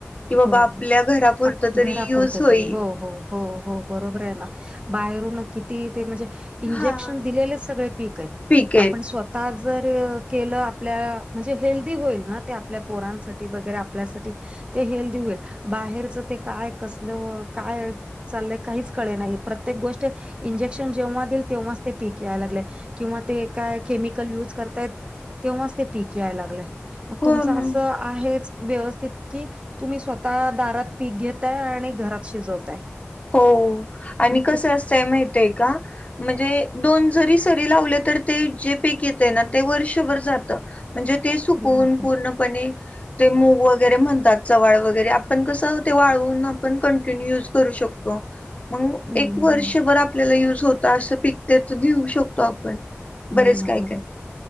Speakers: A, on the left (about 30°); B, on the right (about 25°).
A: कि बाबा
B: हो,
A: आपल्या
B: हो.
A: घरापुरतं
B: आप
A: तरी
B: घरापुरतं
A: युज होईल.
B: तरी हो हो हो हो बरोबर आहे ना बाहेरून किती ते म्हणजे इंजेक्शन
A: हा
B: दिलेले सगळे पीक आहेत
A: ठीक आहे
B: आपण स्व जर केलं आपल्या म्हणजे हेल्दी होईल ना ते आपल्या पोरांसाठी वगैरे आपल्यासाठी ते हेल्दी होईल बाहेरच ते काय कसलं काय? चाललंय काहीच कळे नाही प्रत्येक गोष्ट इंजेक्शन जेव्हा देईल तेव्हाच ते पीक यायला लागले. किंवा ते काय केमिकल युज करतायत तेव्हाच ते पीक याय लागलेय. मग
A: हो
B: तुमच असं
A: ना
B: आहेच व्यवस्थित कि तुम्ही स्वतः दारात पीक घेताय आणि घरात शिजवताय.
A: हो आणि
B: मग
A: कसं
B: ते
A: असतंय माहित आहे का? म्हणजे दोन जरी सरी लावले तर ते जे पेकी ना ते वर्षभर ज म्हणजे ते सुकून
B: अरे बापरे
A: पूर्णपणे ते मूग वगैरे म्हणतात चवळ वगैरे आपण कसं ते वाळून आपण कंटिन्यू युज करू शकतो. मग
B: हम्म
A: एक वर्षभर
B: हम्म
A: आपल्याला युज होता असं पिकते तर घेऊ शकतो आपण बरेच
B: हो ना
A: काय
B: बरोबर
A: काय